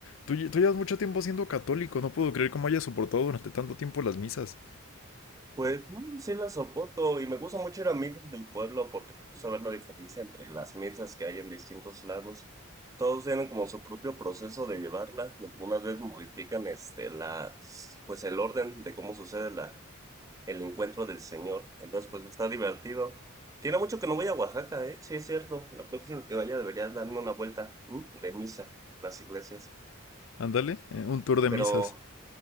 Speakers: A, on the left; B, on the right.
A: tú, lle- tú llevas mucho tiempo siendo católico, no puedo creer cómo hayas soportado durante tanto tiempo las misas.
B: Pues mm, sí la soporto y me gusta mucho ir a misas del pueblo porque me gusta ver la diferencia entre las misas que hay en distintos lados. Todos tienen como su propio proceso de llevarla y algunas veces modifican este la pues el orden de cómo sucede la El encuentro del Señor. Entonces, pues está divertido. Tiene mucho que no voy a Oaxaca, ¿eh? Sí, es cierto. La próxima que vaya debería darme una vuelta ¿m? de misa, las iglesias.
A: Ándale, eh, un tour de
B: Pero
A: misas.